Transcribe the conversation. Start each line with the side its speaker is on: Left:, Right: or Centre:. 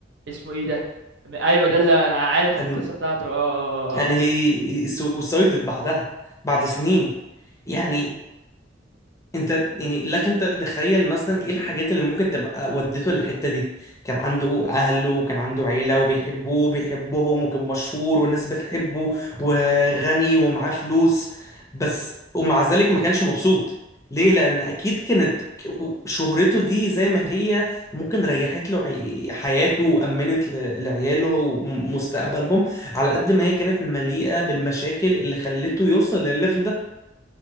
Right: اسمه ايه ده م- ايوه ده اللي انا عارف
Left: and
Right: القصه بتاعته اه اه
Left: and
Right: اه آه.
Left: he he suicided بعدها بعد سنين
Right: م.
Left: يعني انت يعني لك انت تتخيل مثلا ايه الحاجات اللي ممكن تبقى ودته للحتة دي كان عنده اهله وكان عنده عيلة وبيحبوه وبيحبهم وكان مشهور والناس بتحبه وغني ومعاه فلوس بس ومع ذلك ما كانش مبسوط ليه لان اكيد كانت ك- شهرته دي زي ما هي ممكن ريحت له عي- حياته وامنت ل- لعياله ومستقبلهم على قد ما هي كانت مليئة بالمشاكل اللي خلته يوصل للليفل ده